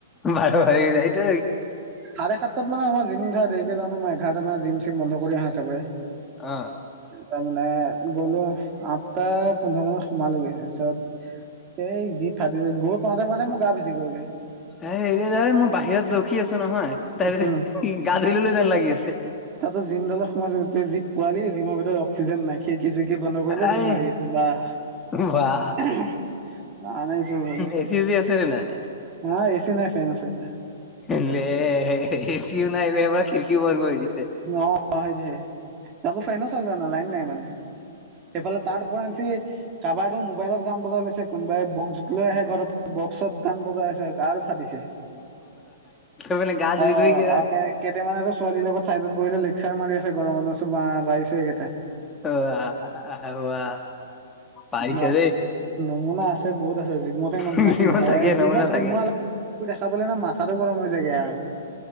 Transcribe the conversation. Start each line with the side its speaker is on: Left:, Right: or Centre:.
Left: বাৰ বাজি যায় এইটো
Right: চাৰে সাতটা মানে আমাৰ জিম ধ দেৰিে জা ন মই এঘাৰটা মান জিম চিম বন্ধ আহো একেবাৰে
Left: অ',
Right: তাৰ মানে গ'লো আঠটা পোন্ধৰ মানত সোমালোগৈ তাৰপিছত এই যি ফাটিছে গুৰ পাওঁতে মাে মই গা পুছি গলকে
Left: এ -এ -ধ মই বাহিৰত ৰখি আছো নহয় তাই
Right: উম
Left: গা ধুললৈ যেন লাগি আছে
Right: তাতো জিমডালৰ সময়ছা গ জি পোৱালি জিমৰ ভিতৰত অ্িেন নাই খি- খি -চি বন্ধ কৰিলে
Left: আই
Right: জিম মাৰি আছে বাাহ
Left: বাহ
Right: ন নছো ব
Left: এচি চেচি আছে নে নাই
Right: হা এ চি নাই ফেন আছোগ
Left: এচিও নাই ব খিৰিকীও বধ কৰি দিছে
Right: অ ', সেইটোহে তো ফাইন চলো ন লাইন নাই মানে সেইফালে তাৰ ও আঞ্চি কাৰোবাৰো মোবাইলত গান বজাই লৈছে কোনোবাই বক্স লৈ আহে ঘৰৰ বক্সত গান বজাই আছে আৰু ফাটিছে
Left: মানে গা ধুই
Right: অ
Left: ধুই কিনে
Right: আৰু কেইটামানো ছোৱালীৰ লগত ছাইডত বহিলে লেকচাৰ মাৰি আছে গৰমত ব বাইছে এই কথা
Left: বাহ বাহ পাৰিছে
Right: বাছ
Left: দেই
Right: নমুনা আছে বহুত আছে জিমতেে নমুনাখিনিা
Left: লিলিমা
Right: হয়
Left: থাকে
Right: জিমক
Left: নমুনা
Right: সোমোৱাাল
Left: থাকে
Right: দেখ পালে না মাথাাতটো গৰম হৈ জাগ আৰু